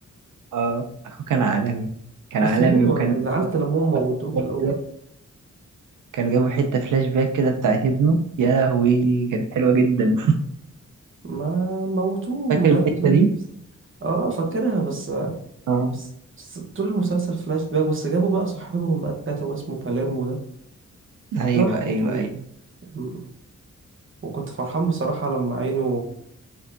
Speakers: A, on the right; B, on the right.
A: اه اخوه كان عالمي كان
B: بس
A: عالمي
B: هو
A: وكان
B: زعلت
A: جابوا حتة
B: لما هم موتوه
A: فلاش
B: في
A: باك
B: الأول
A: كده كان جابوا حتة فلاش باك كده بتاعت ابنه يا لهوي كانت حلوة جدا
B: ما موتوه
A: فاكر
B: من بدري
A: الحتة دي؟
B: اه فاكرها بس,
A: اه
B: بس, بس طول المسلسل فلاش باك بس جابوا بقى صاحبهم بقى التلاتة واسمه باليرمو ده
A: ايوه
B: ده ما حبيتهوش
A: ايوه ايوه
B: م- وكنت فرحان بصراحة لما عينه